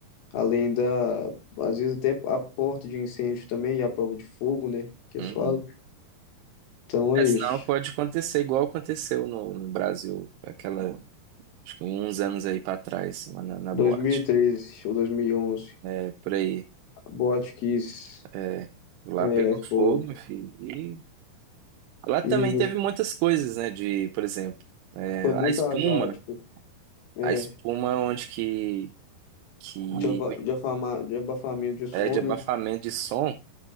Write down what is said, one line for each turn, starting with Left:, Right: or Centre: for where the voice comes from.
Left: além da, às vezes até a porta de incêndio também e a prova de fogo, né, que eles
Right: uhum.
Left: falam. Então é
Right: É, senão
Left: isso.
Right: pode acontecer igual aconteceu no, no Brasil, aquela, acho que uns anos aí para trás, lá na, na
Left: 2013
Right: boate.
Left: ou 2011,
Right: É por aí.
Left: Botkiss,
Right: é. Lá
Left: é
Right: pegou
Left: foda.
Right: fogo, meu filho. E lá também
Left: E meu,
Right: teve muitas coisas, né, de, por exemplo, é,
Left: foi muito
Right: a espuma.
Left: azar, tipo, É,
Right: A espuma onde que que
Left: de, aba- de, afama- de abafamento de som,
Right: é de abafamento
Left: né?
Right: de som,